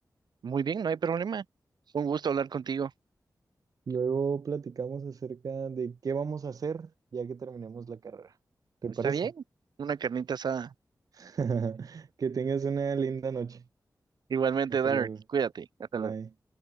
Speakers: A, on the right; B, on the right.
A: Muy bien, no hay problema. Un gusto hablar contigo.
B: Luego platicamos acerca de qué vamos a hacer ya que terminemos la carrera. ¿Te
A: ¿Está
B: parece?
A: bien? Una carnita asada.
B: <laughs> Que tengas una linda noche.
A: Igualmente,
B: Hasta
A: Dark,
B: luego.
A: cuídate. Hasta
B: Bye.
A: luego.